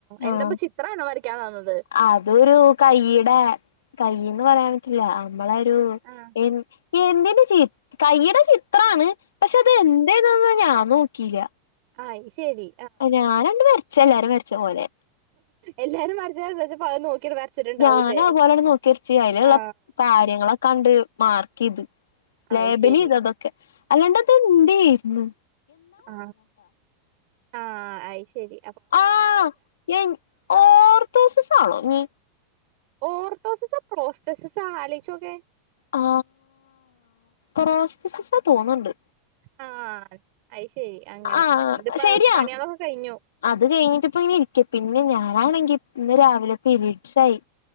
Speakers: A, on the right; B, on the left.
A: എന്തപ്പോ
B: ആ
A: ചിത്രാണോ വരയ്ക്കാൻ തന്നത്
B: അതൊരു കയ്യിടെ കയ്യ്ന്ന് പറയാൻ പറ്റില്ല അമ്മളൊരു
A: ആഹ്
B: എൻ എന്തിന്റെ ചി കയ്യ്ടെ ചിത്രാണ് പക്ഷെ അത് എന്തേയ്ന്നൊന്നും ഞാൻ നോക്കീല്ല
A: അയ്ശെരി
B: ആ ഞാനണ്ട് വര്ച്ച് എല്ലാരും വര്ച്ച പോലെ
A: എല്ലാരും വരച്ചണ്ട് ഇജ്ജ് പ്പോ അത് നോക്ക്യാണ്ട് വരച്ചിട്ടുണ്ടാവൂല്ലേ
B: ഞാന് അതുപോലെണ്ട് നോക്കി വരച്ച് അതിലുള്ള
A: ആ
B: കാര്യങ്ങളൊക്കെ കണ്ട് മാർക്കെയ്ത് ലേബലിയ്തു
A: അയ് ശരി
B: അതൊക്കെ അല്ലാണ്ട് അത് എന്തേര്ന്നു
A: ആ ആ ആയ്ശെരി
B: ആ എൻ ഓർതോസസാണോ നി
A: ഓർത്തോസസാ പ്രോസസ്റ്റ്സാ ആലോയ്ച്ചോക്കെ
B: ആ പ്രോസ്‌സ്റ്റസാ തോന്ന്ണ്ട്
A: ആ അയ്ശെരി അങ്ങനെ
B: ആഹ്
A: ഇന്നട്ട് പ്പോ
B: ശരിയാ
A: പണീയാളൊക്കെ കഴിഞ്ഞു
B: അത് കഴിഞ്ഞിട്ടിപ്പോ ഇങ്ങനെ ഇരിക്ക പിന്നെ ഞാനാണെങ്കി
A: ഉം
B: ഇന്ന് രാവിലെ പീരിഡ്സായി